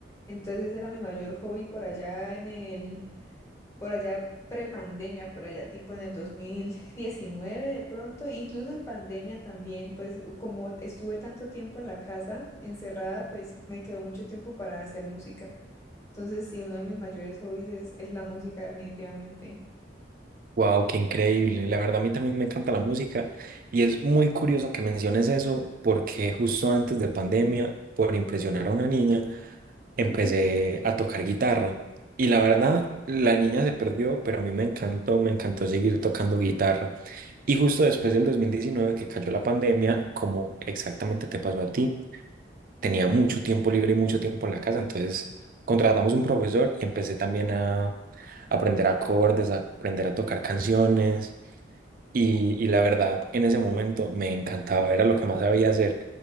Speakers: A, on the left; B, on the right.
A: Entonces ese era mi mayor hobby por allá en el, por allá prepandemia, por allá tipo en el 2019 de pronto, incluso en pandemia también, pues como estuve tanto tiempo en la casa encerrada, pues me quedó mucho tiempo para hacer música. Entonces, sí, uno de mis mayores hobbies es, es la música, definitivamente.
B: Wow, qué increíble. La verdad, a mí también me encanta la música y es muy curioso que menciones eso porque justo antes de pandemia, por impresionar a una niña, empecé
A: Ujú.
B: a tocar guitarra. Y la verdad, la niña se perdió, pero a mí me encantó, me encantó seguir tocando guitarra. Y justo después del 2019 que cayó la pandemia, como exactamente te pasó a ti, tenía mucho tiempo libre y mucho tiempo en la casa, entonces contratamos un profesor y empecé también a aprender acordes, a aprender a tocar canciones. Y, y la verdad, en ese momento me encantaba, era lo que más sabía hacer.